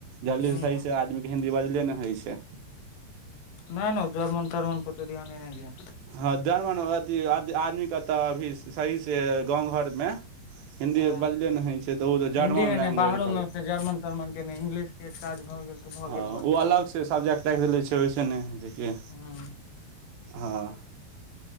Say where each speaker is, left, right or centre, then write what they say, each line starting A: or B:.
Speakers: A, on the right; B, on the left.
A: जल्दी
B: हूँ
A: सही
B: हूँ
A: से आदमी के हिन्दी बजले ने होइ छै
B: नहि नहि जर्मन तार्मन पे औते ध्याने नहि दिय
A: हँ जर्मन अथी आदमी के तऽ अभी सही से गाँव घर मे हिंन्दी
B: हँ
A: बजले नहि होइ छै तऽ ओ तऽ
B: हिन्दी
A: जर्मन
B: मे
A: लैंग्वेज
B: नहि बाहरो
A: हो गेल
B: मे ओते जर्मन तर्मन के नहि इंग्लिश के काज भऽ गेल तऽ भऽ
A: हँ
B: गेल बस
A: ओ अलग से सब्जेक्ट राखिले छै ओहिस ने होइ छै कि
B: हँ
A: हँ